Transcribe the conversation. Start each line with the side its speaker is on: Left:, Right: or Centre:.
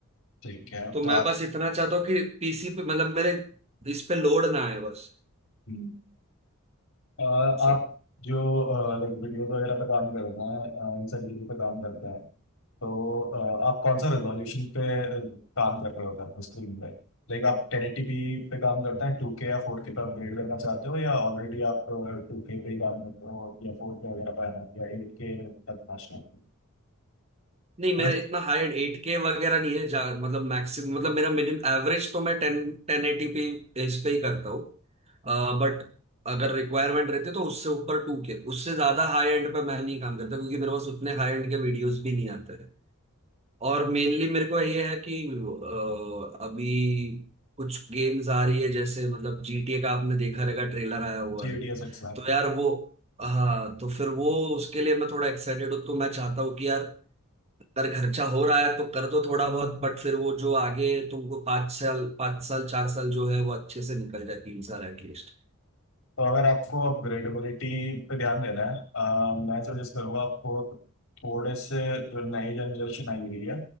Left: ठीक है
Right: तो
Left: तो
Right: मैं
Left: आप
Right: बस इतना चाहता हूँ कि पीसी पे मतलब मेरे इस पे लोड ना आए बस
Left: हम्म। अ,
Right: सो
Left: आप जो लाइक वीडियो वगैरह पे काम करते हैं अ, इन सारी चीज़ों पे काम करते हैं तो अ, आप कौन सा रेजोल्यूशन पे अ, काम कर रहे होते हैं स्क्रीन पे लाइक आप टेन एटी पी पे काम करते हैं टू के या फोर के पे अपग्रेड करना चाहते हो या ऑलरेडी आप टू के पे ही काम करते हो या फोर के वगैरह पे हैं या एट के तक पहुँचना है
Right: नहीं
Left: और
Right: मेरा इतना हाई एंड एट के वगैरह नहीं है जहाँ मतलब मैक्सिमम मतलब मेरा मिनिमम एवरेज तो मैं टेन टेन एटी पी इस पे ही करता हूँ बट अगर रिक्वायरमेंट रहती है तो उससे ऊपर टू के उससे ज्यादा हाई एंड पे मैं नहीं काम करता क्योंकि मेरे पास उतने हाई एंड के वीडियोस भी नहीं आते हैं और मेनली मेरे को ये है कि अ, अभी कुछ गेम्स आ रही है जैसे मतलब जीटीए का आपने देखा रहेगा ट्रेलर आया हुआ
Left: जी
Right: है
Left: डी एस एक्स है
Right: तो यार वो हाँ तो फिर वो उसके लिए मैं थोड़ा एक्साइटेड हूँ तो मैं चाहता हूँ कि यार अगर खर्चा हो रहा है तो कर दो थोड़ा बहुत बट फिर वो जो आगे तुमको पाँच साल पाँच साल चार साल जो है वो अच्छे से निकल जाए तीन साल एटलीस्ट
Left: तो अगर आपको अपग्रेडेबिलिटी पे ध्यान देना है अ, मैं सजेस्ट करूँगा आपको थोड़े से जो नई जनरेशन आई हुई है